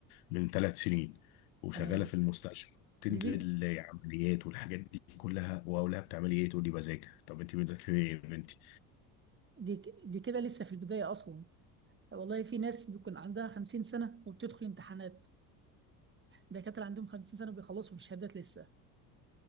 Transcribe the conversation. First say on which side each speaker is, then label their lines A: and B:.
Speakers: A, on the left; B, on the right.
A: من ثلاث سنين وشغالة
B: تمام
A: في المستشفى تنزل
B: دي دي
A: عمليات والحاجات دي كلها واقول لها بتعملي ايه تقول لي بذاكر طب انت بتذاكري ايه يا بنتي
B: دي, ك- دي كده لسه في البداية أصلا والله في ناس بيكون عندها 50 سنة وبتدخل امتحانات دكاترة عندهم 50 سنة وبيخلصوا بالشهادات لسه